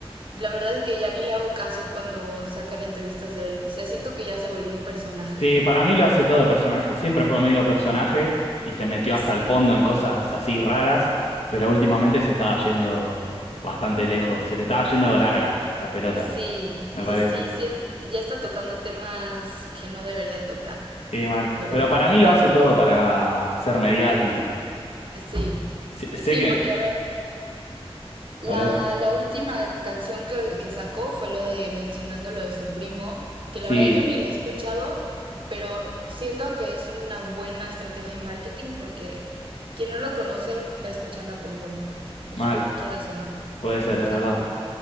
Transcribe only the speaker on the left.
Sí, para mí lo hace todo de personaje. Siempre fue medio personaje y se metió hasta
el fondo en cosas así raras, pero últimamente se estaba yendo bastante lejos. Se le estaba yendo larga la pelota,
me
parece.
Sí, mal.
Pero para mí lo hace todo para ser mediático.
Sé, sé
que...
Habla, habla.
Sí,
mal.
Puede ser,
es verdad.